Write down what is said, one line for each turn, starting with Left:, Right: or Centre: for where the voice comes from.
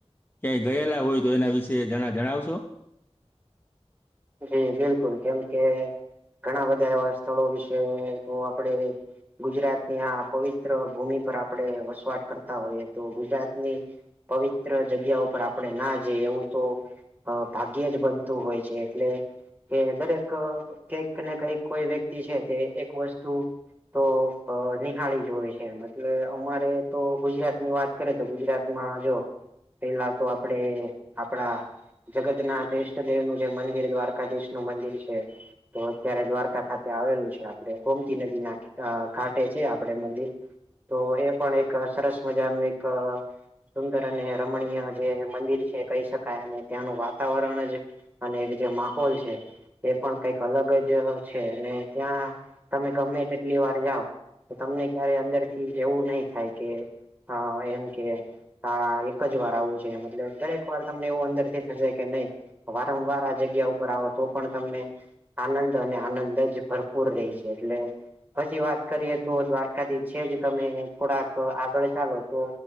Left: ક્યાંય ગયેલા હોય તો એના વિશે જરા જણાવશો.
Right: જી બિલકુલ કેમ કે ઘણાં બધાં એવા સ્થળો વિશે તો આપડે ગુજરાતની આ પવિત્ર ભૂમિ પર આપણે વસવાટ કરતા હોઈએ તો ગુજરાતની પવિત્ર જગ્યા ઉપર આપણે ના જઈએ એવું તો અ ભાગ્યે જ બનતું હોય છે. એટલે કે દરેક કંઈક ને કંઈક કોઈ વ્યક્તિ છે તે એક વસ્તુ તો અ નિહાળી જ હોય છે એટલે મતલબ અમારે તો ગુજરાતની વા કરે તો ગુજરાતમાં આ જો પેલા તો આપડે આપડા જગતનાથ ઈષ્ટદેવનુ જે મંદિ ર દ્વારકાધીશનું મંદિર છે. તો અત્યારે દ્વારકા ખાતે આવેલું છે આપણે ગોમતી નદીના અ ઘાટે છે આપડે મંદિર. તો એ પણ એક સરસ મજાનું એક સુંદર અને રમણીય જે મંદિર છે કહી શકાય અને ત્યાંનું વાતાવરણ જ. અને એક જે માહોલ છે. એ પણ કાઈક અલગ જ છે અને ત્યાં તમે ગમે તેટલી વાર જાવ તો તમને ક્યારે અંદરથી એવું નઈ થાય કે અ એમ કે આ એક જ વાર આવું છે મતલબ દરેક વાર તમને એવું અંદર થી થશે કે નઈ વારંવાર આ જગ્યા ઉપર આવો તો પણ તમને આનંદ અને આનંદ જ ભરપૂર રહે છે એટલે પછી વાત કરીએ તો દ્વારકાથી છે જ તમે થોડાક આગળ ચાલો તો